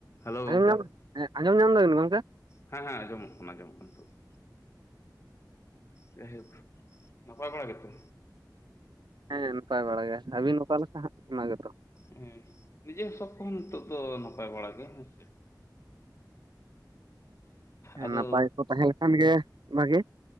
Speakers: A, on the left; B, on the right.
A: Hello
B: ᱟᱸᱡᱚᱢ
A: ᱜᱚᱝᱠᱮ
B: ᱧᱟᱢᱸ ᱟᱸᱡᱚᱢ ᱧᱟᱢ ᱫᱟᱵᱤᱱ ᱜᱚᱢᱠᱮ?
A: ᱦᱮᱸ ᱦᱮᱸ ᱟᱡᱚᱸᱢᱚᱜ ᱠᱟᱱᱟ ᱟᱡᱚᱸᱢᱚᱜ ᱠᱟᱱᱟ ᱱᱤᱛᱚᱜ ᱫᱚ᱾ ᱡᱟᱭᱦᱳᱠ ᱱᱟᱯᱟᱭ ᱠᱚᱲᱟ ᱜᱮ ᱛᱚ?
B: ᱦᱮᱸ ᱱᱟᱯᱟᱭ ᱵᱟᱲᱟ ᱜᱮ, ᱟᱹᱵᱤᱱ ᱚᱠᱟ ᱞᱮᱠᱟ ᱦᱟᱸᱜ ᱚᱱᱟ ᱜᱮᱛᱚ?
A: ᱦᱮᱸ ᱱᱤᱡᱮ ᱥᱚᱵ ᱠᱚᱦᱚᱸ ᱱᱤᱛᱚᱜ ᱫᱚ ᱱᱟᱯᱟᱭ ᱵᱟᱲᱟ ᱜᱮ ᱦᱮᱸ ᱥᱮ᱾
B: ᱦᱮ
A: ᱟᱫᱚ
B: ᱱᱟᱯᱟᱭ ᱠᱚ ᱛᱟᱦᱮᱸ ᱞᱮᱠᱷᱟᱱ ᱜᱮ ᱵᱷᱟᱜᱮ᱾